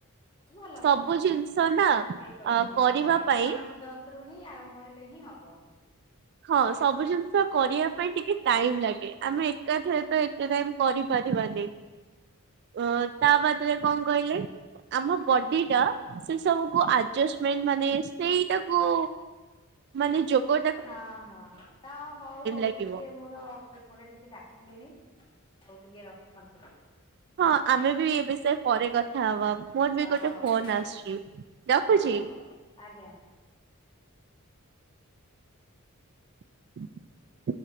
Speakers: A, on the left (about 25°); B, on the right (about 50°).
A: ଭଲ
B: ସବୁ
A: କଥା।
B: ଜିନିଷ ନା ଅ
A: ଠିକ ଅଛି
B: କରିବା
A: ହଁ ଆଗ
B: ପାଇଁ
A: ପାଞ୍ଚ ଦଶ ରୁ ହିଁ ଆରମ୍ଭ ହେଲେ ହିଁ ହବ।
B: ହଁ ସବୁ ଜିନିଷ କରିବା ପାଇଁ ଟିକେ ଟାଇମ ଲାଗେ ଆମେ ଏକାଥରେ ତ ଏତେ ଟାଇମ କରିପାରିବାନି। ଅ ତା ବାଦରେ କଣ କହିଲେ? ଆମ ବଡି ଟା ସେ ସବୁକୁ ଆଡଜମେଣ୍ଟ ମାନେ ସେଇଟାକୁ ମାନେ ଯୋଗ
A: ହଁ ହଁ ତ ହଉ ହଉ
B: ଲାଗିବ।
A: ଟିକେ ମ ର ସେପଟେ ଟିକେ ଡାକିଲେଣି ଆଉ ଟିକେ ରଖନ୍ତି।
B: ହଁ ଆମେ ବି ଏ ବିଷୟ ପରେ କଥା ହବା ମୋର ବି
A: ହ
B: ଗୋଟେ
A: ହଉ
B: ଫୋନ
A: ଠିକ
B: ଆସୁଛି।
A: ଅଛି
B: ରଖୁଛି।
A: ହଉ ହଉ ଆଜ୍ଞା।
B: <inaudible>